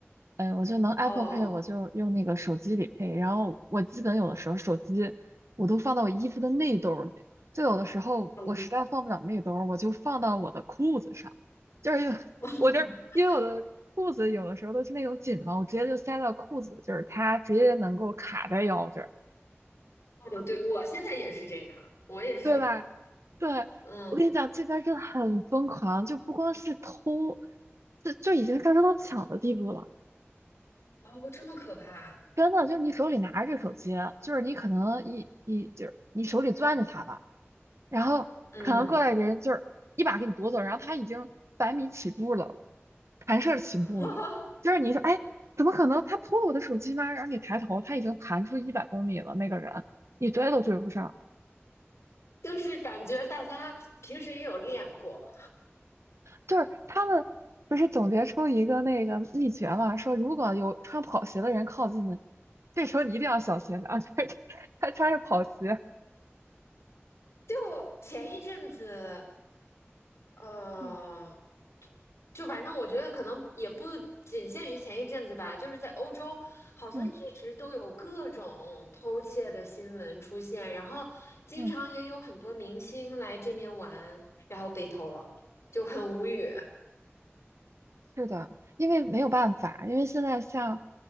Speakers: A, on the right (about 80°); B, on the left (about 75°).
A: 哎，我就能 Apple
B: 哦，
A: Pay，我就用那个手机里配。然后我基本有的时候手机我都放到我衣服的内兜儿里，就有的时候我实在放不了内兜儿我就放到我的裤子上。
B: 嗯，
A: 就是有 <laughs>
B: <laughs>
A: 我这因为我的裤子有的时候都是那种紧的嘛，我直接就塞到裤子，就是它直接能够卡在腰这儿，
B: 哦，对，我现在也是这样，我也是这样。
A: 对吧？对，
B: 嗯，
A: 我跟你讲，这边儿真的很疯狂，就不光是偷，就就已经上升到抢的地步了。
B: 哦，这么可怕。
A: 真的，就你手里拿着这手机，就是你可能一一就是你手里攥着它吧，然后可能过来人就是一把给你夺走，
B: 嗯，
A: 然后他已经百米起步了，弹射起步了，
B: <laughs>
A: 就是你说哎，怎么可能他偷了我的手机吗？然后你抬头，他已经弹出一百公里了，那个人你追都追不上。
B: 就是感觉大家平时也有练过，
A: 就是他们不是总结出一个那个秘诀嘛，说如果有穿跑鞋的人靠近了，这时候你一定要小心了，<laughs> 就是他穿着跑鞋，
B: 就前一阵子，呃，
A: 嗯
B: 就反正我觉得可能也不仅限于前一阵子吧，就是在欧洲，好像一直都有各种偷窃的新闻出现，
A: 嗯
B: 然后经常也有很多明星来这边玩，
A: 嗯。
B: 然后被偷了，就很无语。
A: 是的，因为没有办法，因为现在像